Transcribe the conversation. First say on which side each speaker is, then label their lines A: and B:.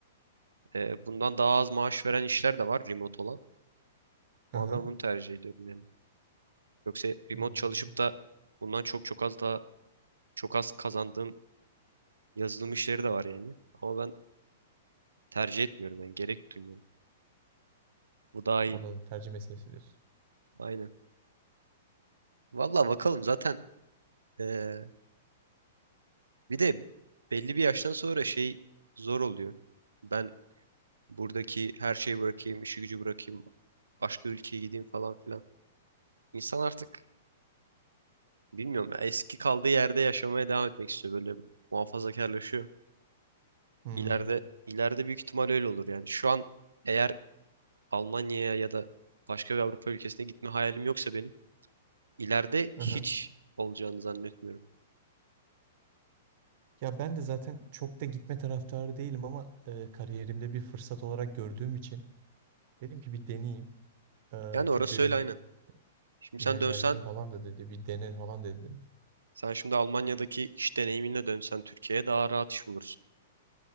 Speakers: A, on the right; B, on the right.
A: e, bundan daha az maaş veren işler de var remote olan.
B: Hı
A: Ama
B: hı.
A: ben bunu tercih ediyorum yani. Yoksa remote
B: Hmm,
A: çalışıp da bundan çok çok az daha çok az kazandığım yazılım işleri de var yani. Ama ben tercih etmiyorum yani gerek duymuyorum. Bu daha iyi.
B: Anladım. Tercih meselesi diyorsun.
A: Aynen. Valla bakalım zaten e, bir de belli bir yaştan sonra şey zor oluyor. Ben buradaki her şeyi bırakayım, işi gücü bırakayım, başka ülkeye gideyim falan filan. İnsan artık Bilmiyorum ya, eski kaldığı yerde yaşamaya devam etmek istiyor böyle muhafazakarlaşıyor.
B: Hmm,
A: İleride ileride büyük ihtimal öyle olur yani. Şu an eğer Almanya'ya ya da başka bir Avrupa ülkesine gitme hayalim yoksa benim ileride
B: Hı
A: hiç
B: hı.
A: olacağını zannetmiyorum.
B: Ya ben de zaten çok da gitme taraftarı değilim ama e, kariyerimde bir fırsat olarak gördüğüm için dedim ki bir deneyeyim. E,
A: Yani
B: çünkü
A: orası öyle
B: benim
A: aynen. Şimdi
B: menajerlerim
A: sen dönsen
B: falan da dedi bir dene falan dedi.
A: sen şimdi Almanya'daki iş deneyiminle dönsen Türkiye'ye daha rahat iş bulursun.